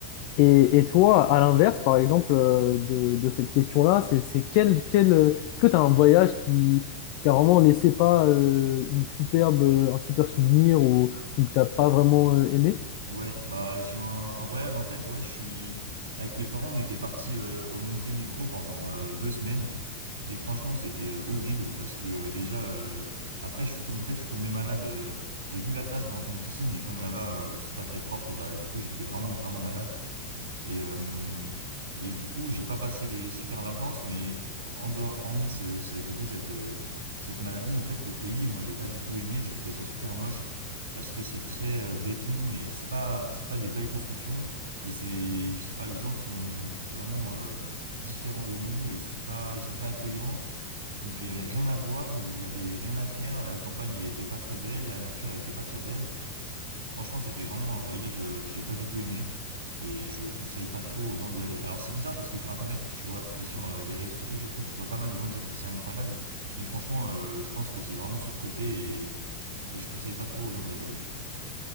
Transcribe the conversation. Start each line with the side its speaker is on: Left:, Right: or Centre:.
Left: Et, et toi, à l'inverse, par exemple, euh, de, de cette question-là, c'est c'est quel, quel, euh, est-ce que tu as un voyage qui t'a vraiment laissé pas euh, une superbe, euh, un super souvenir ou, ou que t'as pas vraiment euh, aimé?
Right: Ouais, bah j'ai un, un voyage en tête, ouais, je suis avec mes parents, on était partis euh, au Monténégro pendant euh, deux semaines et franchement, c'était euh, horrible parce que euh, déjà euh, après je suis tombé en fait, je suis tombé malade, euh, j'ai bu la tasse dans une piscine et comme là-bas euh, c'est pas très propre, et bah du coup, j'étais vraiment vraiment malade. Et, euh, et du coup, j'ai pas passé des super vacances, mais en dehors, hormis ce- ce- du coup cette, euh, cette maladie, en fait, le pays, moi, j'ai pas du tout aimé. J'ai trouvé ça super moche parce que c'est très euh, béton, mais c'est pas, c'est pas des belles constructions. Et c'est, je sais pas, les gens sont vraiment euh, différents de nous et c'est pas, ils sont pas accueillants. Donc il y avait rien à voir, il y avait rien à faire. La campagne, elle était pas très belle, la nature, elle était pas très belle. Franchement, c'était vraiment un voyage euh, que j'ai pas du tout aimé et je conseille pas trop aux gens d'y aller. Alors c'est bizarre parce que sur Internet, tu vois, et sur euh, les réseaux sociaux surtout, tu vois pas mal de gens dire que c'est incroyable. Mais franchement, euh, je pense que c'est vraiment surcoté et, et je conseille pas trop aux gens d'y aller, ouais.